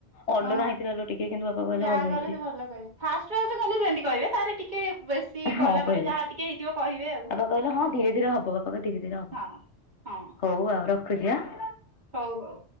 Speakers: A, on the left (about 85°); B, on the right (about 40°).
A: ଅଲଣାହୋଇଥିଲାଲେ
B: ହଁ।
A: ଟିକେ କିନ୍ତୁ ବାପା କହିଲେ
B: ଯାହା
A: ଭଲ
B: କରେ
A: ହେଇଛି।
B: ସେ ଭଲ କହିବେ ଫାଷ୍ଟ ଫାଷ୍ଟ କଲେ ସେମିତି କହିବେ ତାପରେ ଟିକେ ବେଶୀ କଲା
A: ହଁ କହିଲେ
B: ପରେ ଯାହା ଟିକେ ହେଇଥିବ କହିବେ ଆଉ
A: ବାପା କହିଲେ ହଁ ଧୀରେ ଧୀରେ ହବ ବାପା କହିଲେ ଧୀରେ ଧୀରେ ହବ।
B: ହଁ ହଁ
A: ହଉ ଆଉ ରଖୁଛି ଆ
B: ହଉ ହଉ।